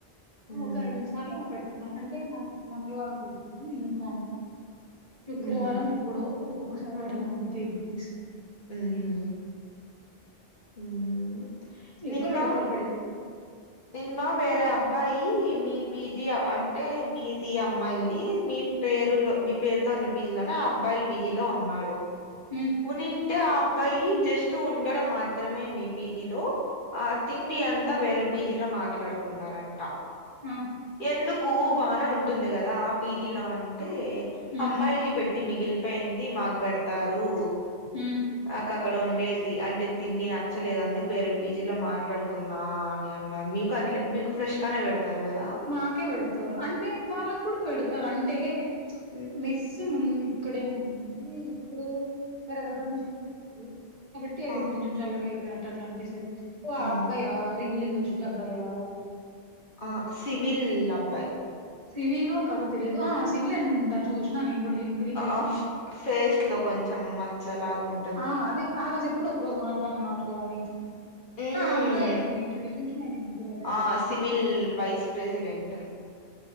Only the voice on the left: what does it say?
మ్మ్
ఊహూ
మ్మ్ హు మ్మ్
నిన్న
నిన్న వేరే అబ్బాయి మీ పీ జీ అంటే మీది అమ్మాయిల్ది మీ పేరులో మీ పేరుతో ఉన్న పీ జీ లోనే ఆ అబ్బాయిల పీజీలో ఉన్నాడు
ఉన్నింటే ఆ అబ్బాయి జస్ట్ ఉండడం మాత్రమే మీ పి జీలో ఆ తిండి అంతా వేరే పీ జీలో మాట్లాడుకున్నారంట
ఎందుక్ కు బానే ఉంటుంది కదా ఆ పీ జీలో అంటే
అమ్మాయిలకి పెట్టి మిగిలిపోయింది మాకు పెడతారు
నాకు అక్కడ ఉండేది అంటే తిండి నచ్చలేదు అందుకు వేరే పీ జీ లో మాట్లాడుకున్నా అని అన్నారు మీ అట్లే మీకు ఫ్రెష్ గానే పెడతారు కదా
ఉమ్,
ఆ
ఉమ్,
ఆ సివిల్ అబ్బాయి
ఆ ఫేస్ లో కొంచెం మచ్చలాగా ఉంటది
ఉమ్,
ఆ!
సివిల్
వైస్ ప్రెసిడెంట్